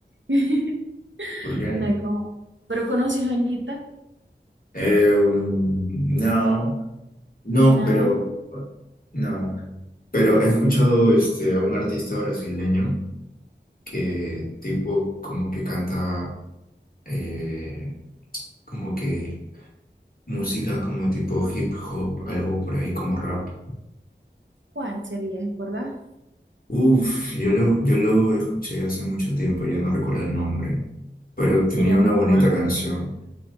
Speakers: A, on the right; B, on the left.
A: <laughs>
B: ¿Por qué?
A: no hay cómo. ¿Pero conoces a Anitta?
B: Eh, um, no. No,
A: No.
B: pero no. Pero he escuchado este a un artista brasileño que tipo como que canta eh, como que música como tipo hip hop, algo por ahí como rap.
A: ¿Cuál sería, recordás?
B: Uf, yo lo, yo lo escuché hace mucho tiempo, ya no recuerdo el nombre, pero
A: ¿Sería
B: tenía una
A: Oruan?
B: bonita canción.